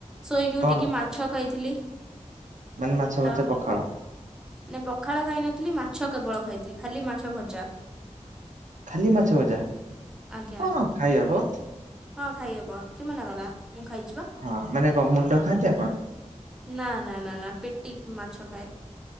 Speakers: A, in the centre; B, on the right.
A: ଶୋଇକି
B: କଣ
A: ଉଠିକି ମାଛ ଖାଇଥିଲି।
B: ମାନେ ମାଛ
A: ତା
B: ଭଜା ପଖାଳ।
A: ନା ପଖାଳ ଖାଇନଥିଲି। ମାଛ କେବଳ ଖାଇଥିଲି। ଖାଲି ମାଛ ଭଜା।
B: ଖାଲି ମାଛ ଭଜା ହଁ
A: ଆଜ୍ଞା
B: ଖାଇ ହବ।
A: ହଁ ଖାଇ ହବ କିଏ ମନା କଲା? ମୁଁ ଖାଇଛି ବା
B: ହଁ ମାନେ କଣ ମୁଣ୍ଡ ଖାଆନ୍ତି ଆପଣ?
A: ନା ନା ନା ନା ପେଟି ମାଛ ଖାଏ।